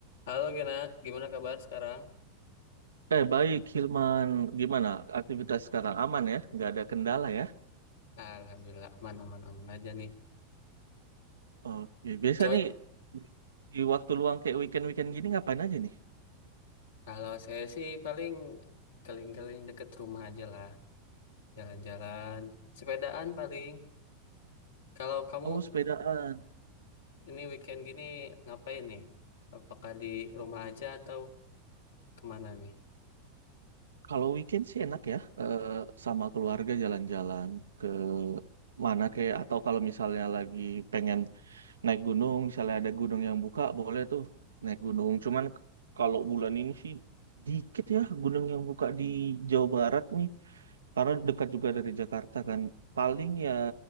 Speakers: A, on the left (about 75°); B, on the right (about 80°).
A: Halo Gena, gimana kabar sekarang?
B: Eh, baik, Hilman. Gimana aktivitas
A: Hmm.
B: sekarang? Aman ya? Nggak ada kendala ya?
A: Alhamdulillah aman-aman aman aman, aman aja nih.
B: Oke, biasa
A: Coy,
B: nih di waktu luang kayak weekend-weekend gini ngapain aja nih?
A: kalau saya sih paling keliling-keliling deket rumah aja lah, jalan-jalan, sepedaan paling. Kalau kamu
B: Oh, sepedaan.
A: ini weekend gini ngapain nih? Apakah di rumah aja atau kemana nih?
B: Kalau weekend sih enak ya, eh, sama keluarga jalan-jalan ke mana kayak atau kalau misalnya lagi pengen naik gunung, misalnya ada gunung yang buka, boleh tuh naik gunung. Cuman kalau bulan ini sih dikit ya gunung yang buka di Jawa Barat nih. Karena dekat juga dari Jakarta kan. Paling ya